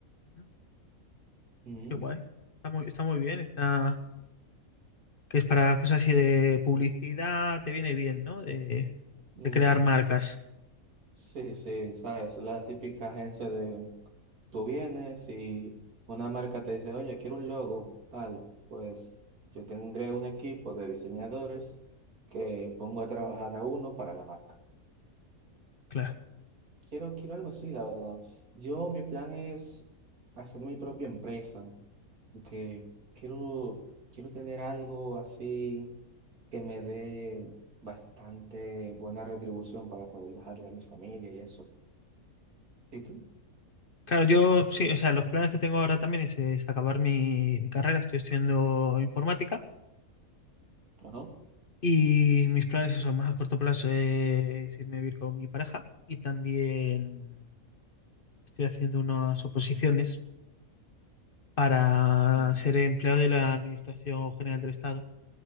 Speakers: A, on the left; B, on the right.
A: Ujú,
B: Ujú,
A: Qué guay. Está muy, está muy bien, está que es para cosas así de publicidad, te viene bien, ¿no? De,
B: ujú.
A: de crear marcas.
B: Sí, sí, ¿sabes? La típica agencia de Tú vienes y una marca te dice, oye, quiero un logo, tal. Pues yo tendré un equipo de diseñadores que pongo a trabajar a uno para la marca.
A: Claro.
B: Quiero, quiero algo así, la verdad. Yo, mi plan es hacer mi propia empresa, porque quiero, quiero tener algo así que me dé bastante buena retribución para poder dejarle a mi familia y eso. ¿Y tú?
A: Claro, yo sí, o sea, los planes que tengo ahora también es, es acabar mi, mi carrera, estoy estudiando informática
B: Ajá.
A: y mis planes son más a corto plazo es irme a vivir con mi pareja y también estoy haciendo unas oposiciones para
B: Mm.
A: ser empleado de la Administración General del Estado,